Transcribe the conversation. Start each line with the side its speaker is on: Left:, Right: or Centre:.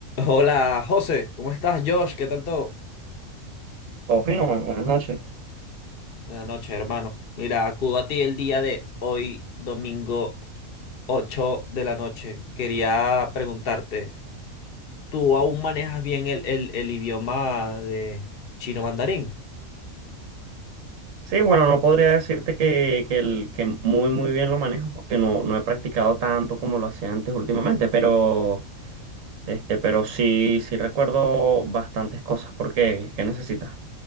Left: Hola José, ¿cómo estás Josh? ¿Qué tal todo?
Right: Oh, fino, mano, buenas noches.
Left: Buenas noches, hermano. Mira, acudo a ti el día de hoy, domingo 8 de la noche. Quería preguntarte, ¿tú aún manejas bien el, el- el idioma de chino mandarín?
Right: Sí, bueno, no podría decirte que, que, el, que muy, muy bien lo manejo porque no, no he practicado tanto como lo hacía antes últimamente, pero, este, pero sí, sí recuerdo bastantes cosas. ¿Por qué? ¿Qué necesitas?